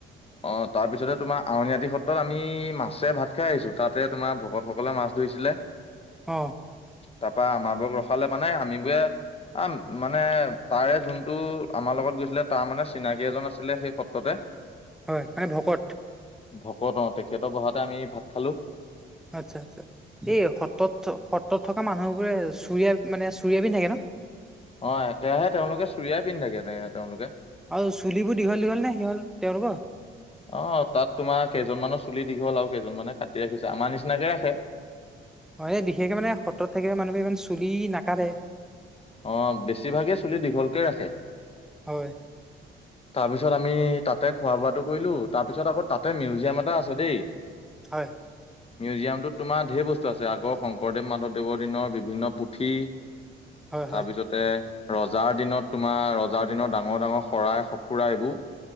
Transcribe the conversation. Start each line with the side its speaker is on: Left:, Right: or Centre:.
Left: অ' তাৰপিছতে তোমাৰ আউনীআট সত্ৰত আমি মাছে ভাত খাই আহিছোঁ। তাতে তোমাৰ ভকতসকলে মাছ ধৰিছিলে।
Centre: অ'।
Left: তাৰপা আমাক বৰ ৰখালে মানে আমিবোৰে আ- মানে তাৰে যোনটো আমাৰ লগত গৈছিলে, তাৰ মানে চিনাকি এজন আছিলে সেই সত্ৰতে। <inaudible>
Centre: হয়, তাই ভকত
Left: ভকত অহ, তেখেতৰ বহাতে আমি ভাত খালোঁ।
Centre: আচ্ছা আচ্ছা, এই সত্ৰত থ সত্ৰত থকা মানুহবোৰে চুৰিয়া মানে চুৰিয়া পিন্ধি থাকে নহ।
Left: অহ, একেৰাহে তেওঁলোকে চুৰিয়াই পিন্ধ থাকে, তেওঁলোকে
Centre: আৰু চুলিবোৰ দীঘল দীঘল নে সিহঁত তেওঁলোকৰ
Left: অহ তাত তোমাৰ কেইজনমানৰ চুলি দীঘল আৰু কেইজন মানে কাটি ৰাখিছে, আমাৰ নিচিনাকে ৰাখে।
Centre: হয়, এই বিশেষকে মানে সত্ৰত থাকিলে মানুহে ইমান চুলি নাকাতে
Left: অহ, বেছিভাগে চুলি দীঘলকে ৰাখে।
Centre: হয়।
Left: তাৰ পিছত আমি তাতে খোৱা বোৱাটো কৰিলো। তাৰ পিছত আকৌ তাত তাত মিউজিয়াম এটা আছে দেই
Centre: হয়
Left: মিউজিয়ামটোত তোমাৰ ঢেৰ বস্তু আছে, আগৰ শংকৰদেৱ মাধৱদেৱৰ দিনৰ বিভিন্ন পুথি
Centre: হয়
Left: তাৰপিছতে
Centre: হয়
Left: ৰজাৰ দিনত তোমাৰ ৰজাৰ দিনত ডাঙৰ ডাঙৰ শৰাই সঁফুৰা এইবোৰ